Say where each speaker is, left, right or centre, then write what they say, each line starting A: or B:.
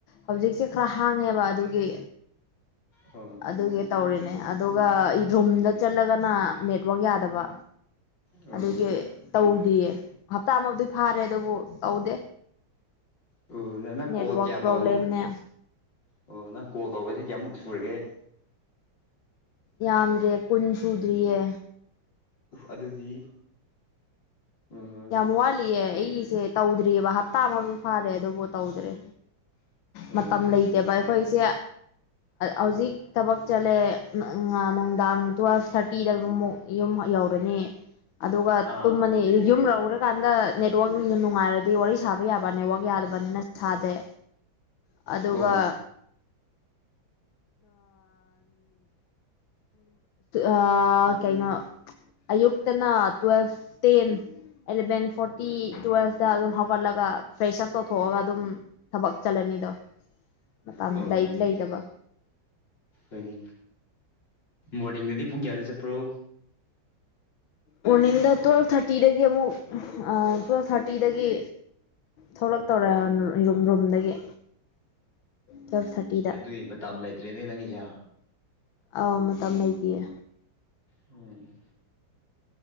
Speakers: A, on the left; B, on the left.
A: ꯍꯧꯖꯤꯛꯁꯦ ꯈꯔ ꯍꯥꯡꯉꯦꯕ ꯑꯗꯨꯒꯤ
B: ꯑꯣ
A: ꯑꯗꯨꯒꯤ ꯇꯧꯔꯤꯅꯦ ꯑꯗꯨꯒ ꯔꯨꯝꯗ ꯆꯠꯂꯒꯅ ꯅꯦꯠꯋꯥꯛ ꯌꯥꯗꯕ
B: ꯑꯣ
A: ꯑꯗꯨꯒꯤ ꯇꯧꯗꯤꯌꯦ ꯍꯞꯇꯥ ꯑꯃꯗꯤ ꯐꯥꯔꯦ ꯑꯗꯨꯕꯨ ꯇꯧꯗꯦ
B: ꯑꯣ ꯅꯪ
A: ꯅꯦꯠꯋꯥꯛ
B: ꯀꯣꯜ ꯀꯌꯥ
A: ꯄ꯭ꯔꫭꯕ꯭ꯂꯦꯝꯅꯦ
B: ꯇꯧ ꯑꯣ ꯅꯪ ꯀꯣꯜ ꯇꯧꯕꯁꯦ ꯀꯌꯥꯃꯨꯛ ꯁꯨꯔꯒꯦ
A: ꯌꯥꯝꯗꯦ ꯀꯨꯟ ꯁꯨꯗ꯭ꯔꯤꯌꯦ
B: ꯑꯗꯨꯗꯤ ꯑꯣ
A: ꯌꯥꯝ ꯋꯥꯠꯂꯤꯌꯦ ꯑꯩꯒꯤꯁꯦ ꯇꯧꯗ꯭ꯔꯤꯑꯕ ꯍꯞꯇꯥ ꯃꯃꯤꯨ ꯐꯥꯔꯦ ꯑꯗꯨꯕꯨ ꯇꯧꯗ꯭ꯔꯦ
B: ꯑꯣ
A: ꯃꯇꯝ ꯂꯩꯇꯦꯕ ꯑꯩꯈꯣꯏꯁꯦ ꯍꯧꯖꯤꯛ ꯊꯕꯛ ꯆꯠꯂꯦ ꯅꯨꯡꯗꯥꯡ ꯇꯨꯋꯦꯜꯐ ꯊꯥꯔꯇꯤ ꯇꯤꯗꯕꯃꯨꯛ ꯌꯨꯝ ꯌꯧꯔꯅꯤ ꯑꯗꯨꯒ
B: ꯑꯥ
A: ꯇꯨꯝꯃꯅꯤ ꯌꯨꯝ ꯂꯧꯔꯀꯥꯟꯗ ꯅꯦꯠꯋꯥꯛꯁꯨ ꯅꯨꯡꯉꯥꯏꯔꯗꯤ ꯋꯥꯔꯤ ꯁꯥꯕ ꯌꯥꯕ ꯅꯦꯠꯋꯥꯛ ꯌꯥꯗꯕꯅꯤꯅ ꯁꯥꯗꯦ ꯑꯗꯨꯒ
B: ꯑꯣ
A: ꯑ ꯀꯩꯅꯣ ꯑꯌꯨꯛꯇꯅ ꯇꯨꯋꯦꯜꯐ ꯇꯦꯟ ꯑꯦꯂꯚꯦꯟ ꯐꯣꯔꯇꯤ ꯇꯨꯋꯦꯜꯐꯇ ꯑꯗꯨꯝ ꯍꯧꯒꯠꯂꯒ ꯐ꯭ꯔꯦꯁ ꯑꯞ ꯇꯧꯊꯣꯛꯑꯒ ꯑꯗꯨꯝ ꯊꯕꯛ ꯆꯠꯂꯅꯤꯗꯣ ꯃꯇꯝ
B: ꯑꯣ
A: ꯂꯩꯇꯕ
B: ꯍꯣꯏꯅꯤ ꯃꯣꯔꯅꯤꯡꯗꯗꯤ ꯄꯨꯡ ꯀꯌꯥꯗ ꯆꯠꯄ꯭ꯔꯣ
A: ꯃꯣꯔꯅꯤꯡꯗ ꯇꯨꯋꯦꯜꯜꯐ ꯊꯥꯔꯇꯤꯗꯒꯤ ꯑꯃꯨꯛ ꯇꯨꯋꯜꯐ ꯊꯥꯔꯇꯤꯗꯒꯤ ꯊꯣꯛꯂꯛꯇꯧꯔꯦ ꯔꯨꯝꯗꯒꯤ ꯇꯨꯋꯦꯜꯞ ꯊꯥꯔꯇꯤꯗ
B: ꯑꯗꯨꯏ ꯃꯇꯝ ꯂꯩꯇ꯭ꯔꯦꯅꯦ ꯅꯪꯒꯤꯁꯦ
A: ꯑꯥꯎ ꯃꯇꯝ ꯂꯩꯗꯤꯌꯦ
B: ꯎꯝ